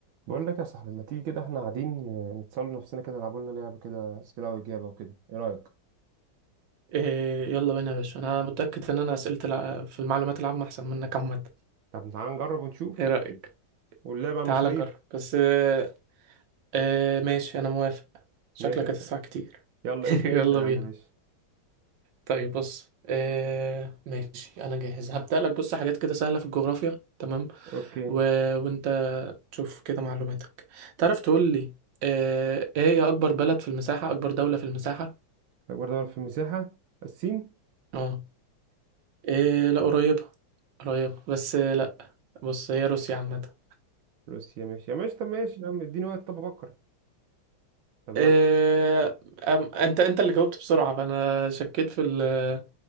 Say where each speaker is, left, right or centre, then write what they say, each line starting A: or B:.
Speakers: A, on the right; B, on the right.
A: بقول لك يا صاحبي ما تيجي كده احنا قاعدين آه، نتسأل نفسنا كده نلعبوا لنا لعبة كده أسئلة وإجابة وكده إيه رأيك؟
B: إيه يلا بينا يا باشا انا متأكد ان انا اسئلة الع- في المعلومات العامة احسن منك عامة
A: طب تعال نجرب ونشوف
B: ايه رأيك
A: واللعبة على
B: تعال
A: المشاريب
B: نجرب بس إيه إيه ماشي انا موافق شكلك
A: ماشي يا صاحبي
B: هتدفع كتير
A: يلا
B: <laughs>
A: ابدأ
B: يلا
A: أنت يا
B: بينا
A: عم ماشي
B: طيب بص إيه ماشي انا جاهز هبدأ لك بص حاجات كده سهلة في الجغرافيا تمام
A: أوكي
B: و... وانت تشوف كده معلوماتك تعرف تقول لي إيه إيه هي اكبر بلد في المساحة اكبر دولة في المساحة
A: أكبر دولة في المساحة الصين
B: اه إيه لا قريبة قريبة بس آه، لا بص هي روسيا عامة
A: روسيا ماشي يا ماشي طب ماشي يا عم اديني وقت طب أفكر طب
B: آه،
A: يلا
B: أم- انت انت اللي جاوبت بسرعة فانا شكيت في ال-